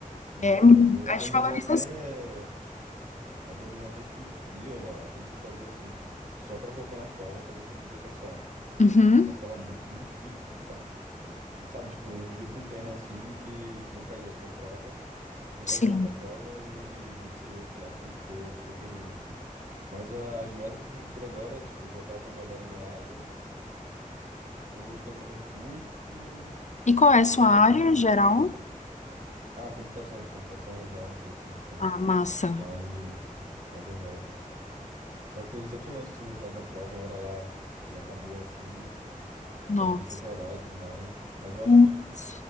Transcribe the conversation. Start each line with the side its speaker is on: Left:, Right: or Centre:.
Right: Então,
Left: É
Right: eu abandonei
Left: a desvalorização.
Right: até. Abandonei até tipo de freela, tudo que eu fazia assim, só pra focar na prova, pra ver se eu conseguia passar.
Left: Uhum,
Right: Só que tava muito, muito difícil. então tava, sabe, tipo, eu dei pra um tema assim que, que não caiu assim na prova, não caiu
Left: sim.
Right: tanto na prova e deixei outro lá que ficou, ficou terrível, assim. Mas a- as metas pro futuro agora é, tipo, voltar a trabalhar na minha área, ou estudar pra concurso,
Left: E qual é
Right: ou
Left: a sua
Right: ficar fazendo
Left: área
Right: o que eu já
Left: geral?
Right: tô fazendo, sabe? Ah, computação, computação exatas, assim, sabe?
Left: Ah, massa.
Right: mais, mais exatas. Só que foi decepcionante, assim, o resultado na prova, na hora lá que acabou, assim,
Left: Nossa.
Right: só fiz foi chorar e tudo mais. Mas eu
Left: Putz.
Right: acho que